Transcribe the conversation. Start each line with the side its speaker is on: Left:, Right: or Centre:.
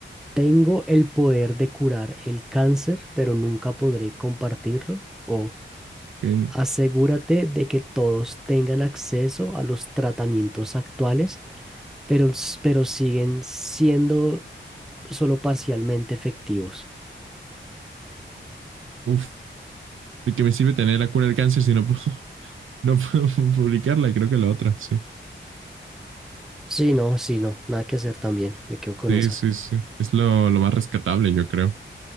Centre: tengo el poder de curar el cáncer, pero nunca podré compartirlo, o
Right: Que,
Centre: asegúrate de que todos tengan acceso a los tratamientos actuales pero, s- pero siguen siendo solo parcialmente efectivos.
Right: uf, ¿de qué me sirve tener la cura del cáncer si no puedo, <laughs> no puedo publicarla? Creo que la otra, sí.
Centre: Sí, no, sí, no, nada que hacer también, me quedo con
Right: Sí,
Centre: esa.
Right: sí, sí. Es lo, lo más rescatable, yo creo.